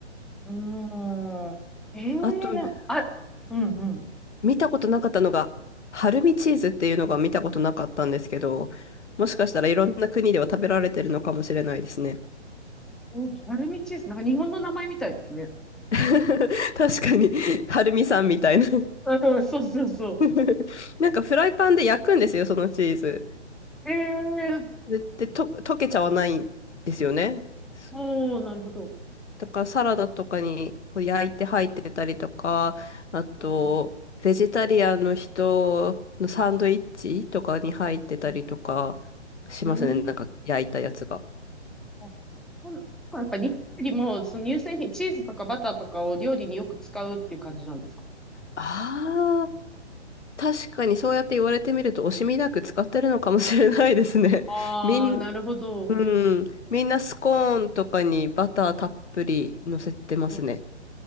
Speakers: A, in the centre; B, on the left.
A: うーん。ええな、
B: あと、ね
A: あ、うんうん。
B: 見たことなかったのが、春見チーズっていうのが見たことなかったんですけど、もしかしたらいろんな国では食べられてるのかもしれないですね。
A: お、丸ルミチーズ。なんか日本の名前みたいですね。
B: <laughs> 確かに、春見さんみたいな
A: あ、そうそうそうそ
B: <laughs> なんかフライパンで焼くんですよ、そのチーズ。
A: う。ええー
B: で、で、と、溶けちゃわないんですよね。そ
A: おー、なるほど。
B: だからサラダとかにこう焼いて入ってたりとか、あと、
A: うん
B: ベジタリアンの人のサンドイッチとかに入ってたりとか
A: うん。
B: しますね、
A: うん。
B: なんか焼いたやつが。
A: あほんなんかやっぱり日本よりも、その乳製品、チーズとかバターとかを料理によく使うっていう感じなんですか
B: ああ、確かにそうやって言われてみると惜しみなく使ってるのかもしれないですね。<laughs>
A: ああー、
B: みん、
A: なるほど。
B: うん、みんなスコーンとかにバターたっぷり乗せてますね。
A: うん。